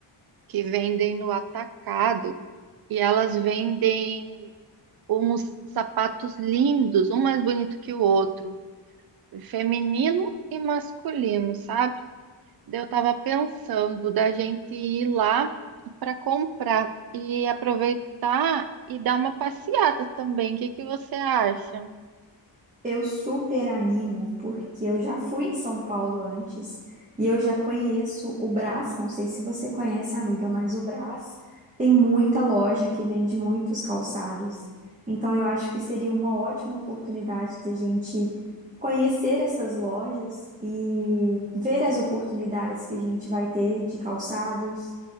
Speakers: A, on the right; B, on the right.
A: que vendem no atacado e elas vendem uns sapatos lindos, um mais bonito que o outro, feminino e masculino, sabe? Daí Eu tava pensando da gente ir lá para comprar e aproveitar e dar uma passeada também. O que que você acha?
B: Eu super animo, porque eu já fui em São Paulo antes e eu já conheço o Brás. Não sei se você conhece, amiga, mas o Brás tem muita loja que vende muitos calçados. Então, eu acho que seria uma ótima oportunidade de a gente conhecer essas lojas e ver as oportunidades que a gente vai ter de calçados